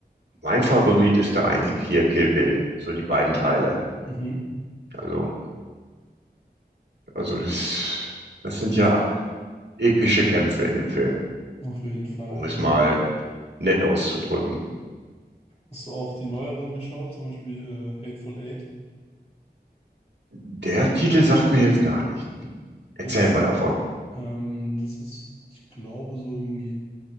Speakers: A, on the right; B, on the left.
A: mein Favorit ist da eigentlich hier Kill Bill, so die beiden Teile.
B: Mhm.
A: Also, also das, das sind ja epische Kämpfe in dem Film,
B: Auf jeden Fall,
A: um
B: ja,
A: es
B: ja.
A: mal nett auszudrücken.
B: Hast du auch die neueren geschaut, zum Beispiel äh, Hateful Eight?
A: Der Titel sagt mir jetzt gar nicht. Erzähl
B: Das,
A: mal davon.
B: ähm, das ist, ich glaube, so irgendwie